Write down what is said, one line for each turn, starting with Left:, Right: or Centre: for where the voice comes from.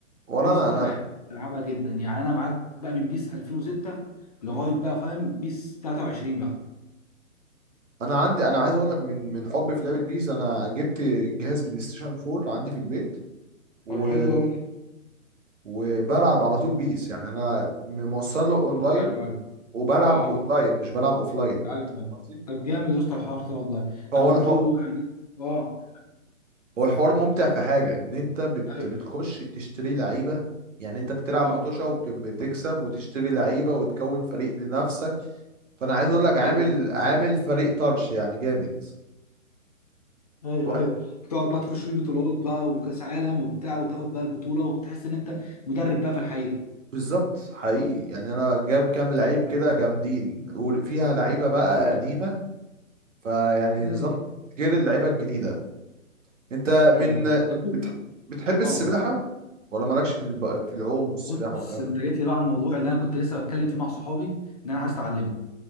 Right: ولا
Left: بيس
Right: انا
Left: بقى
Right: انا
Left: بحب العبها جدا يعني انا معاك بقى من بيس 2006 لغايه
Right: مم.
Left: بقى فاهم بيس 23 بقى
Right: انا عندي انا عايز اقول لك من من حبي في لعبه بيس انا جبت جهاز بلاي ستيشن 4 عندي في البيت و...
Left: طب حلو قوي ده
Right: وبلعب على طول بيس يعني انا موصله اونلاين
Left: ايوه ايوه
Right: وبلعب
Left: اه
Right: اونلاين مش بلعب اوفلاين
Left: ايوه ايوه
Right: قصدي؟
Left: طب جامد يا اسطى الحوار ده والله
Right: فهو
Left: انا برضو
Right: الحوار
Left: يعني اه
Right: هو الحوار ممتع في حاجه ان انت بت...
Left: ايوه
Right: بتخش تشتري لعيبه يعني انت بتلعب
Left: اه
Right: مطوشه وبتكسب وتشتري لعيبه وتكون فريق لنفسك فانا عايز اقول لك عامل
Left: ايوه ايوه بالظبط
Right: عامل فريق طرش يعني جامد
Left: ايوه
Right: طبعا
Left: ايوه بتقعد بقى تخش بيه بطولات بقى وكاس عالم وبتاع وتاخد بقى البطوله وتحس ان انت مدرب بقى في الحقيقه
Right: بالظبط حقيقي يعني انا جاب كام لعيب كده
Left: ايوه
Right: جامدين وفيها لعيبه بقى
Left: ايوه
Right: قديمه فيعني
Left: امم
Right: ظبط غير اللعيبه الجديده انت من
Left: ايوه طب قول-
Right: بتح- بتحب السباحه
Left: اه
Right: ولا مالكش في الب... في العوم والسباحه
Left: بص
Right: والكلام
Left: انت
Right: ده
Left: جيت لي بقى على الموضوع اللي انا كنت لسه بتكلم فيه مع صحابي ان
Right: مم.
Left: انا عايز اتعلمه